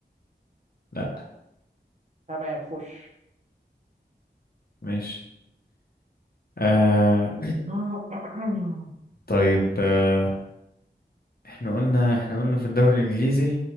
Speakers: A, on the left; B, on the right.
A: لا
B: تمام خش
A: ماشي آه...
B: <clears throat>
A: <clears throat> طيب آه، احنا قلنا احنا قلنا في الدوري الانجليزي